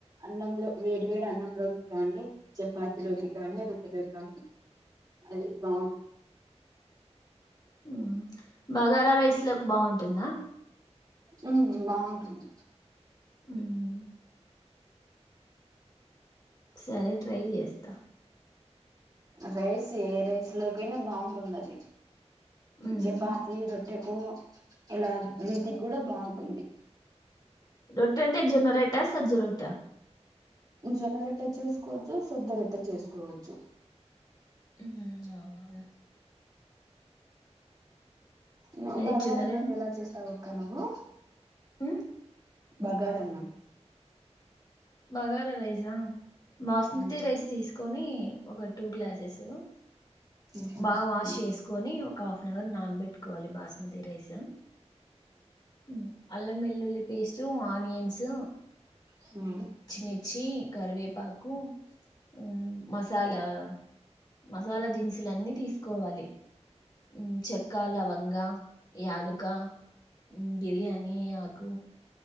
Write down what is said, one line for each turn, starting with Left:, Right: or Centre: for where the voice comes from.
Right: అన్నంలొ వేడి వేడి అన్నంలోకి కానీ, చపాతిలోకి కానీ, రొట్టెలోకి కానీ అది బాగుంట్
Left: ఉమ్ బగార రైస్లోక్ బాగుంటుందా
Right: ఉమ్ బాగుంటుంది
Left: ఉమ్మ్ సరే ట్రై చేస్తా
Right: రైస్ ఏ రైస్ లోకైనా బాగుంటుంది అది
Left: ఉమ్.
Right: చపాతి రొట్టెకు ఇలా వీటికి కూడా బాగుంటుంది
Left: రొట్టఅంటే జొన్న రోట్ట సజ్జ రొట్ట
Right: జొన్న రొట్టె చేసుకోవచ్చు సజ్జ రొట్టె చేసుకోవచ్చు
Left: ఉమ్ అవునవును
Right: ను
Left: అదే
Right: బగారన్నం
Left: జొన్న
Right: ఎలా చేస్తావక్కా నువ్వు
Left: మ్
Right: బగారన్నం
Left: బగార రైసా బాస్మతి
Right: ఉమ్
Left: రైస్ తీసుకొని ఒక టూ గ్లాసెస్
Right: ప్యాన్
Left: బాగా వాష్ చేసుకొని ఒక హాఫ్అన్అవర్ నానబెట్టుకోవాలి బాస్మతి రైస్. ఉమ్ అల్లం వెల్లుల్లి పేస్ట్ ఆనియన్స్
Right: హమ్
Left: మిర్చీ కరివేపాకు ఉమ్ మసాలా మసాలా దినుసులన్నీ తీసుకోవాలి. ఉమ్ చెక్కా లవంగా యాలుకా ఉమ్ బిర్యానీ ఆకు